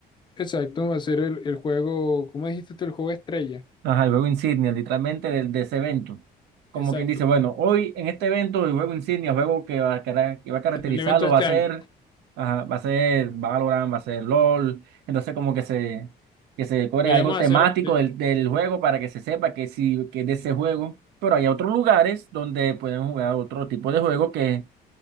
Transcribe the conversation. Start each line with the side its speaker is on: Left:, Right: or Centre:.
Left: exacto, va a ser el, el juego, ¿cómo dijiste tú? El juego estrella.
Right: Ajá, el juego insignia, literalmente del- de, ese evento. Como
Left: Exacto,
Right: quien dice, bueno, hoy en este evento el juego insignia, el juego que va a, cara- que va a caracterizarlo
Left: en el evento de
Right: va
Left: este
Right: a ser,
Left: año.
Right: ajá, va a ser Valorant, va a ser LOL. Entonces como que se, que se cobre
Left: Podríamos
Right: algo temático
Left: hacer, de,
Right: del, del juego para que se sepa que sí, que es de ese juego. Pero hay otros lugares donde pueden jugar otro tipo de juego que,